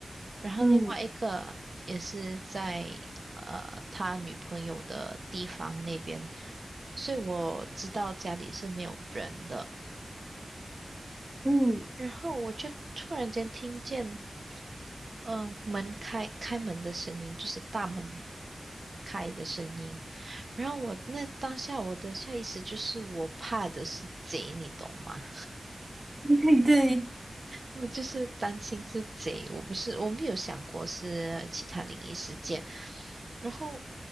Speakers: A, on the right (about 60°); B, on the right (about 30°).
A: 然后另外一个也是在呃他女朋友的地方那边，
B: 嗯
A: 所以我知道家里是没有人的。
B: 嗯
A: 然后我就突然间听见，嗯、门开开门的声音，就是大门开的声音。然后我那当下我的下意识就是我怕的是贼，你懂吗？
B: 对对 <laughs> 对，
A: 我就是担心是贼，我不是，我没有想过是其他灵异事件。然后